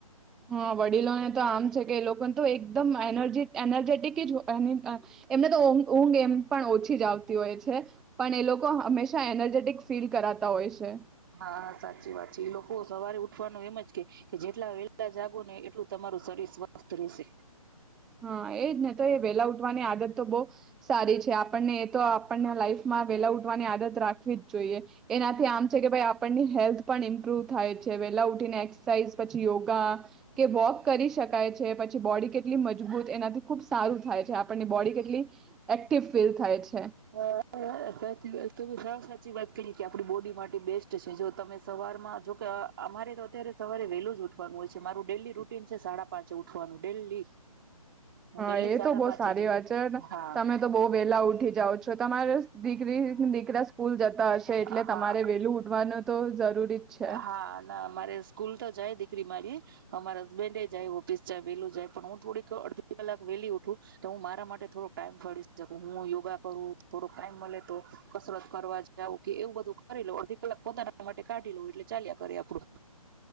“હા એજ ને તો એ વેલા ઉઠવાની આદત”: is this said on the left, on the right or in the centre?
Centre